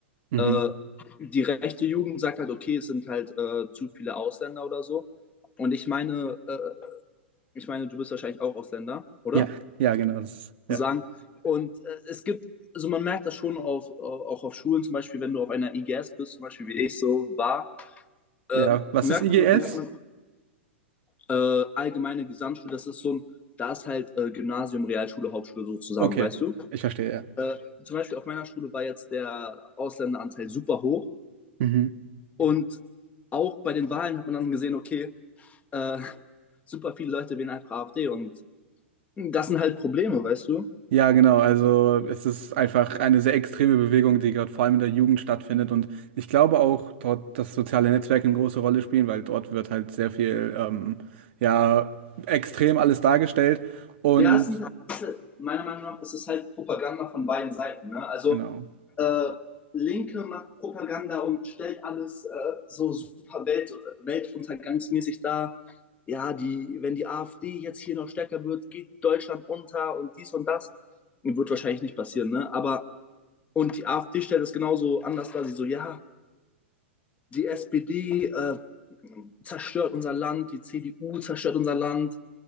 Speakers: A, on the right; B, on the left.
A: Mhm.
B: Äh, die rechte Jugend sagt halt, okay, es sind halt äh, zu viele Ausländer oder so. Und ich meine, äh, ich meine, du bist wahrscheinlich auch Ausländer, oder?
A: Ja, ja, genau. Das ist, ja.
B: Sagen. Und äh, es gibt also man merkt das schon auf, äh, auch auf Schulen, zum Beispiel, wenn du auf einer IGS bist, zum Beispiel wie ich so war,
A: Ja,
B: ähm,
A: was
B: merkt
A: ist IGS?
B: man, merkt man äh, allgemeine Gesamtschule, das ist so ein, da ist halt äh, Gymnasium, Realschule, Hauptschule so zusammen,
A: Okay,
B: weißt du?
A: ich verstehe, ja.
B: Äh, zum Beispiel auf meiner Schule war jetzt der Ausländeranteil super hoch
A: Mhm.
B: und auch bei den Wahlen hat man dann gesehen, okay, äh, <laughs> super viele Leute wählen einfach AfD und das sind halt Probleme, weißt du?
A: Ja, genau. Also es ist einfach eine sehr extreme Bewegung, die gerade vor allem in der Jugend stattfindet. Und ich glaube auch dort, dass soziale Netzwerke eine große Rolle spielen, weil dort wird halt sehr viel, ähm, ja, extrem alles dargestellt. Und
B: Ja, es sind, meiner Meinung nach ist es halt Propaganda von beiden Seiten. Ne? Also
A: genau.
B: äh, Linke macht Propaganda und stellt alles äh, so super Welt, weltuntergangsmäßig dar. Ja, die, wenn die AfD jetzt hier noch stärker wird, geht Deutschland unter und dies und das. Wird wahrscheinlich nicht passieren, ne? Aber, und die AfD stellt es genauso anders dar. Sie so, ja, die SPD äh, zerstört unser Land, die CDU zerstört unser Land